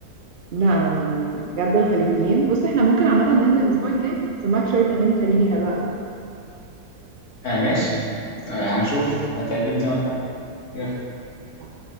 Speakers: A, on the right; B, on the left.
A: نعم بجد الخليجيين بص احنا ممكن عامة ننزل الأسبوع الجاي أسمعك شوية أغاني خليجي حلوة
B: أه ماشي أه هنشوف هتعجبني ولا لا يلا
A: أوي